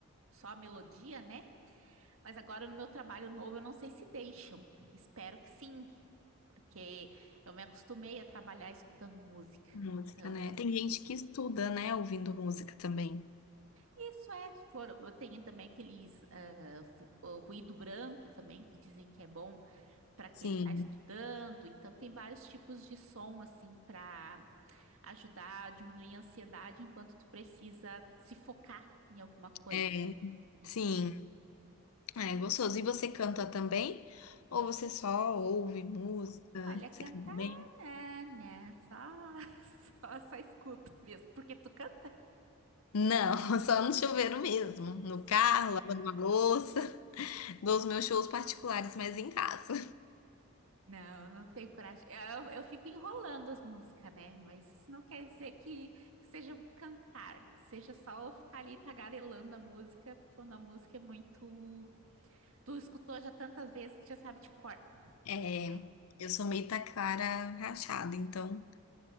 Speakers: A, on the right; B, on the left.
A: só a melodia, né? Mas agora no meu trabalho novo, eu não sei se deixam. Espero que sim, porque eu me acostumei a trabalhar escutando música.
B: música,
A: Então,
B: né? Tem gente que estuda, né, ouvindo música também.
A: isso é. foram- tem também aqueles ah, fu- o ruído branco também, que dizem que é bom para quem
B: Sim,
A: está estudando. Então, tem vários tipos de som, assim, para ajudar a diminuir a ansiedade enquanto tu precisa se focar em alguma coisa.
B: é,
A: né?
B: sim. Ah, É gostoso. E você canta também? Ou você só ouve música?
A: Olha,
B: Você
A: cantar,
B: canta bem?
A: né, né, só, <laughs> só, só escuto mesmo, porque tu canta?
B: Não, <laughs> só no chuveiro mesmo. No carro, lavando uma louça. Dou os meus shows particulares, mas em casa.
A: Não, não tenho coragem, eu, eu fico enrolando as músicas, né, mas isso não quer dizer que, que seja um cantar, seja só eu ficar ali tagarelando a música, quando a música é muito, tu escutou já tantas vezes que já sabe de cor,
B: É,
A: né?
B: eu sou meio taquara rachada, então